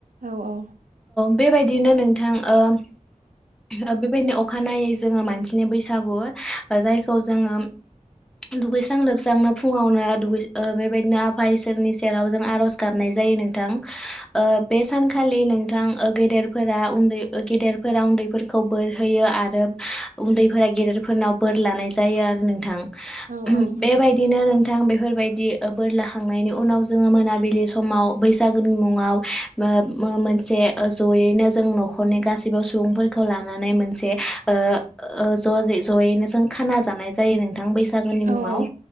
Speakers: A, on the right; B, in the centre.
A: औ औ
B: बेबायदिनो नोंथां ओ ओ बेबायदिनो अखानायै जोंङो मानसिनि बैसागु जायखौ जोंङो दुगैस्रां लोबस्रांनो फुङावनो ओ बेबायदिनो आफा इसोरनि सेराव जों आर'ज गाबनाय जायो । नोंथां बे सान खालि नोंथां ओ गेदेरफोरा उन्दै ओ गेदेरफोरा उन्दैफोरखौ बोरहोयो आरो उन्दैफोरा गेदेरफोरनाव बोर लानाय जायो आरो नोंथां ।
A: औ औ नोंथां
B: बेबायदिनो नोंथां बेफोरबायदि बोर लाखांनायनि उनाव जोंङो मोनाबिलि समाव बैसागोनि मुङाव ओ मोनसे ज'यैनो जों न'खरनि गासिबो सुबुंफोरखौ लानानै मोनसे ओ ओ जयैनो जों खाना जानाय जायो नों थां बैसागो नि मुङाव
A: औ औ